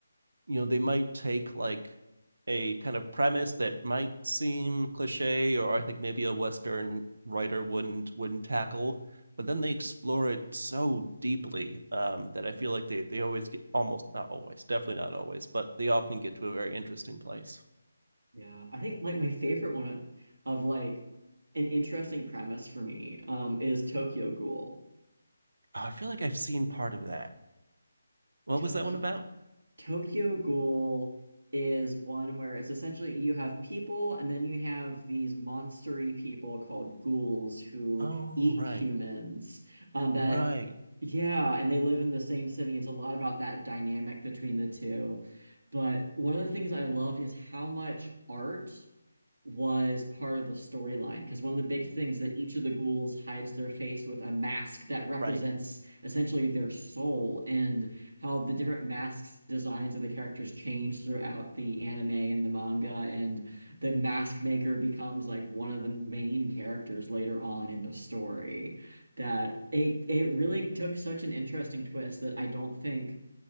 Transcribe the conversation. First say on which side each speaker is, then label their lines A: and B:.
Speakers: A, on the right (about 70°); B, on the right (about 90°).
A: you know they might take like a kind of premise that might seem cliche or I think maybe a Western writer wouldn't wouldn't tackle, but then they explore it so deeply um, that I feel like they they always get almost not always definitely not always, but they often get to a very interesting place.
B: Yeah, I think like my favorite one of, of, like an interesting premise for me um is Tokyo Ghoul.
A: Oh, I feel like I've seen part of that. What
B: Tokyo
A: was that one about?
B: Tokyo Ghoul is one where it's essentially you have people and then you have these monstery people called ghouls who
A: Oh,
B: eat
A: right.
B: humans. Um, that
A: Right.
B: yeah, and they live in the same city. It's a lot about that dynamic between the two. But one of the things I loved is how much art was part of the storyline because one of the big things that each of the ghouls hides their face with a mask that represents
A: Right.
B: essentially their soul and how the different masks designs of the characters change throughout the anime and the manga and the mask maker becomes like one of the main characters later on in the story that it it really took such an interesting twist that I don't think